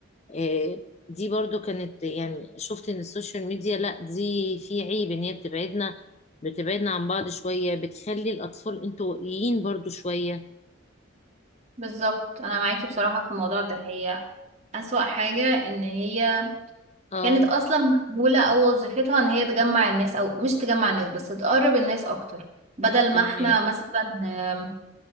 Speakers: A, on the left; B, on the right.
A: آه، دي برضو كانت يعني شفت ان السوشيال ميديا لا دي في عيب ان هي بتبعدنا بتبعدنا عن بعض شوية بتخلي الاطفال انطوائيين برضو شوية
B: بالظبط انا معاكي بصراحة في الموضوع ده هي أسوأ حاجة ان هي
A: اه
B: كانت اصلا معموله او وظيفتها ان هي تجمع الناس او مش تجمع الناس بس تقرب الناس اكتر بدل ما
A: فهمك
B: احنا مثلا آم،